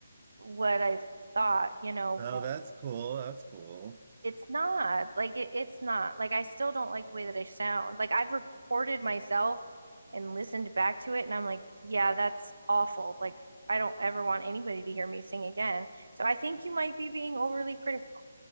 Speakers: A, on the right; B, on the right.
A: what I thought, you know,
B: Oh, that's cool. That's cool.
A: It's not like it, it's not like I still don't like the way that I sound. Like I've recorded myself and listened back to it, and I'm like, yeah, that's awful. Like I don't ever want anybody to hear me sing again. So I think you might be being overly critical.